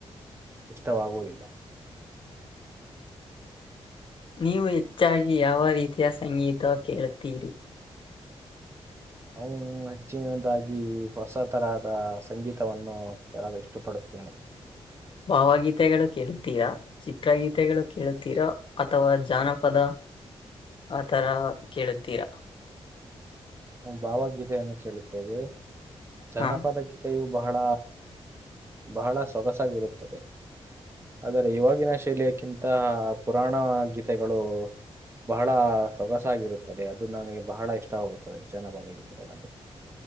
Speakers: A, on the right (about 25°); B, on the left (about 50°).
A: ಇಷ್ಟವಾಗುವುದಿಲ್ಲ.
B: ನೀವು ಹೆಚ್ಚಾಗಿ ಯಾವ ರೀತಿಯ ಸಂಗೀತ ಕೇಳ್ತೀರಿ.
A: ಅವನು ಹೆಚ್ಚಿನದಾಗಿ ಹೊಸ ತರಹದ ಸಂಗೀತವನ್ನು ಹೇಳಲು ಇಷ್ಟಪಡುತ್ತೇನೆ.
B: <inaudible> ಭಾವಗೀತೆಗಳು ಕೇಳುತ್ತೀರಾ ಚಿತ್ರಗೀತೆಗಳು ಕೇಳುತ್ತೀರಾ ಅಥವಾ ಜಾನಪದ. ಆತರ ಕೇಳುತ್ತೀರಾ.
A: ಭಾವಗೀತೆಯನ್ನು ಕೇಳುತ್ತೇವೆ ಜಾನಪದ
B: ಹಾ
A: ಗೀತೆಯು ಬಹಳ ಬಹಳ ಸೊಗಸಾಗಿರುತ್ತದೆ. ಆದರೆ ಇವಾಗಿನ ಶೈಲಿಯಕ್ಕಿಂತ ಪುರಾಣ ಗೀತೆಗಳು ಬಹಳ ಸೊಗಸಾಗಿರುತ್ತದೆ ಅದು ನನಗೆ ಬಹಳ ಇಷ್ಟ ಹೋಗುತ್ತೆ ಜನ ಬರಗಗಳಲ್ಲಿ